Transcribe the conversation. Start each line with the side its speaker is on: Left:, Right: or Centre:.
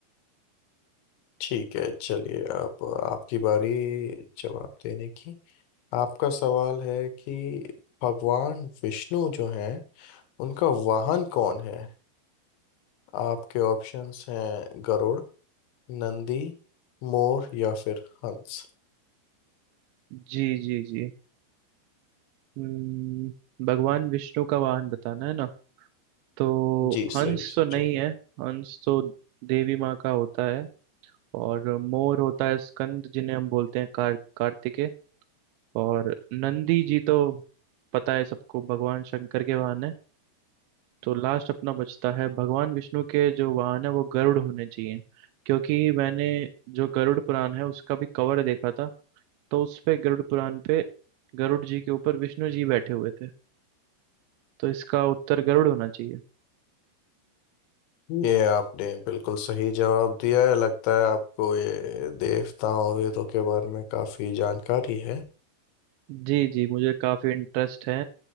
Left: ठीक है चलिए अब आपकी बारी जवाब देने की आपका सवाल है कि भगवान विष्णु जो हैं उनका वाहन कौन है आपके ऑप्शंस हैं गरुड़ नंदी मोर या फिर हंस
Right: जी जी जी हम्म, भगवान विष्णु का वाहन बताना है ना तो
Left: जी सही
Right: हंस
Left: सोचे
Right: तो नहीं है हंस तो देवी माँ का होता है और मोर होता है स्कंद जिन्हें हम बोलते हैं कार, कार्तिकेय और नंदी जी तो पता है सबको भगवान शंकर के वाहन है तो लास्ट अपना बचता है भगवान विष्णु के जो वाहन है वो गरुड़ होने चाहिए क्योंकि मैंने जो गरुड़ पुराण है उसका भी कवर देखा था तो उस पे गरुड़ पुराण पे गरुड़ जी के ऊपर विष्णु जी बैठे हुए थे तो इसका उत्तर गरुड़ होना चाहिए
Left: ये आपने बिल्कुल सही जवाब दिया है लगता है आपको ये देवताओं वेदों के बारे में काफी जानकारी है
Right: जी जी मुझे काफ़ी इंटरेस्ट है